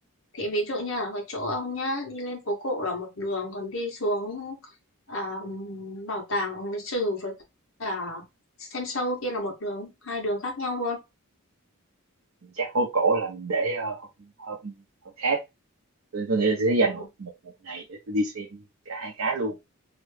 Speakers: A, on the left; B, on the right.
A: Thì ví dụ như ở cái chỗ ông nhá, đi lên phố cổ là một đường, còn đi xuống à, bảo tàng lịch sử với cả xem show kia là một đường, hai đường khác nhau luôn.
B: chắc hố cổ là mình để ờ, hôm, hôm hôm khác tôi, tôi nghĩ là tôi
A: Ừ.
B: sẽ dành một một một ngày để tôi đi xem cả hai cái luôn